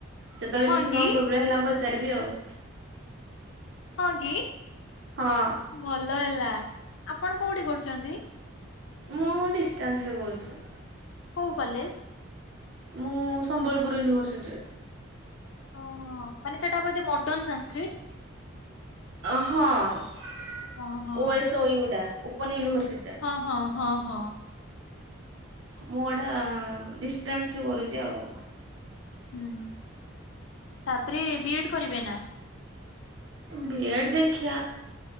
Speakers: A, on the right (about 60°); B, on the left (about 65°).
A: କେତେବେଳେ
B: ହଁ
A: କିଛି
B: କି
A: କଣ ପ୍ରୋବ୍ଲେମ ହେଲା ପଚାରିବି ଆଉ।
B: ହଁ କି
A: ହଁ
B: ଭଲ ହେଲା, ଆପଣ କୋଉଠି କରୁଛନ୍ତି?
A: ମୁଁ ଡିଷ୍ଟାନ୍ସରେ କରୁଛି।
B: କୋଉ କଲେଜ?
A: ମୁଁ ସମ୍ବଲପୁର ୟୁନିଭର୍ସିଟିରେ।
B: ଓହୋ ମାନେ ସେଟା ବୋଧେ ମଡର୍ନ ସାନସ୍କ୍ରିଟ?
A: ହଁ O
B: ହଁ ହଁ
A: S O U open university.
B: ହଁ ହଁ ହଁ ହଁ।
A: ମୁଁ ଏଟା ଡିଷ୍ଟାନ୍ସରେ କରୁଛି ଆଉ।
B: ହୁଁ ତାପରେ ବିଏଡ କରିବେ ନା।
A: ବି ଏଡ଼ ଦେଖିଆ।